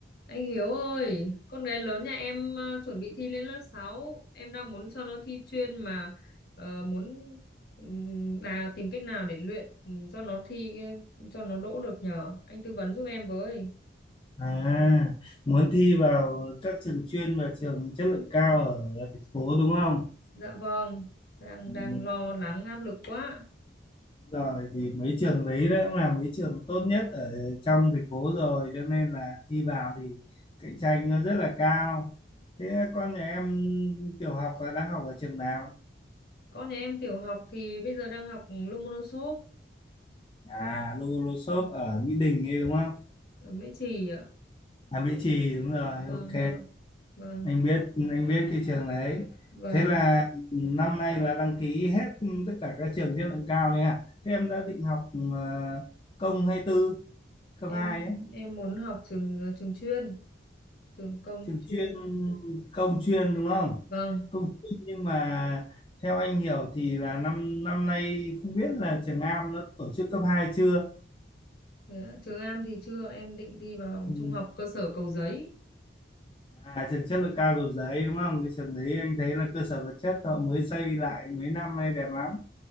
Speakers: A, on the left; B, on the left.
A: Anh Hiếu ơi, con gái lớn nhà em ờ, chuẩn bị thi lên lớp sáu, em đang muốn cho nó thi chuyên mà ờ, muốn ừm, là tìm cách nào để luyện ừm, cho nó thi ờ, cho nó đỗ được nhờ. Anh tư vấn giúp em với.
B: À, muốn thi vào các trường chuyên và trường chất lượng cao ở thành phố đúng không?
A: Dạ vâng, đang
B: Ừ,
A: đang
B: đúng
A: lo lắng áp lực quá.
B: Rồi thì mấy trường đấy đã cũng là mấy trường tốt nhất ở trong thành phố rồi cho nên là thi vào thì cạnh tranh nó rất là cao. Thế con nhà em tiểu học là đang học ở trường nào?
A: Con nhà em tiểu học thì bây giờ đang học Lomonosov
B: À, Lô Lô Xốp ở Mỹ Đình ấy đúng không?
A: ở Mễ Trì ạ.
B: À Mỹ Trì đúng rồi,
A: Vâng
B: ok.
A: vâng. Vâng,
B: anh biết anh biết cái trường đấy
A: vâng,
B: thế là năm nay là đăng ký hết tất cả các trường chất lượng cao đấy hả thế em đã định học ờ, công hay tư cấp
A: em
B: 2 ấy
A: em muốn học trường ờ, trường chuyên, trường công
B: trường chuyên
A: chuyên.
B: công chuyên đúng không
A: Vâng,
B: công chuyên nhưng mà theo anh hiểu thì là năm năm nay không biết là trường Am nó tổ chức cấp 2 chưa
A: Thế ạ, Trường Am thì chưa em định đi vào
B: Ừ.
A: trung học cơ sở Cầu Giấy
B: à trường chất lượng cao Cầu Giấy đúng không cái trường đấy anh thấy là cơ sở vật chất họ mới xây lại mấy năm nay đẹp lắm